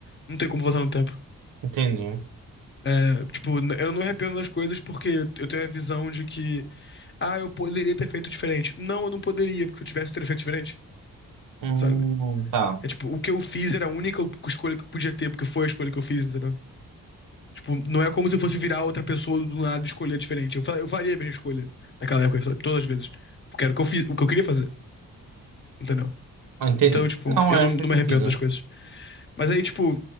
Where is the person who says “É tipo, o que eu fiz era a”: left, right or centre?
Left